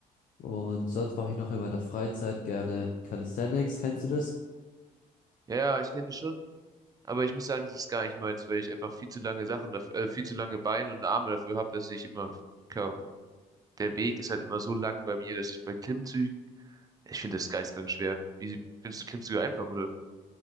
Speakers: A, on the left (about 55°); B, on the right (about 25°).
A: Und sonst mache ich noch in meiner Freizeit gerne Calisthenics. Kennst du das?
B: Ja, ja, ich kenne das schon. Aber ich muss sagen, das ist gar nicht meins, weil ich einfach viel zu lange Sachen dafür, äh, viel zu lange Beine und Arme dafür habe, dass ich immer, keine Ahnung, der Weg ist halt immer so lang bei mir, dass ich bei Klimmzügen, ich finde das geisteskrank schwer. Wie findest du Klimmzüge einfach, oder?